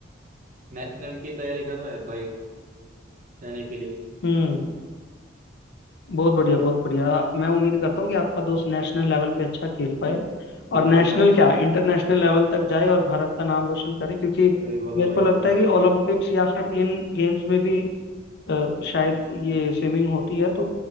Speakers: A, on the right (about 40°); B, on the left (about 55°).
A: नेशनल की तैयारी कर रहा है भाई वो जाने के लिए
B: हम्म बहुत बढ़िया
A: आप
B: बहुत बढ़िया मैं उम्मीद करता हूँ कि आपका दोस्त नेशनल लेवल पे अच्छा खेल पाए
A: हाँ
B: और नेशनल
A: भाई आप
B: क्या इंटरनेशनल लेवल तक जाए और भारत का नाम रोशन करे क्योंकि
A: सही बोला
B: मेरे
A: भाई
B: को लगता
A: आपने
B: है कि ओलंपिक्स या फिर इन गेम्स में भी अ, शायद ये स्विमिंग होती है तो